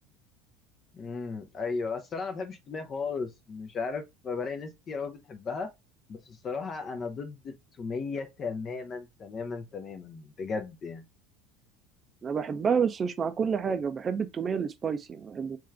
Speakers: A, on the left; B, on the right.
A: امم ايوه الصراحه انا ما بحبش التوميه خالص مش عارف بلاقي ناس كتير قوي بتحبها بس الصراحه انا ضد التوميه تماما تماما تماما بجد يعني
B: أنا بحبها بس مش مع كل حاجة وبحب التومية السبايسي بحب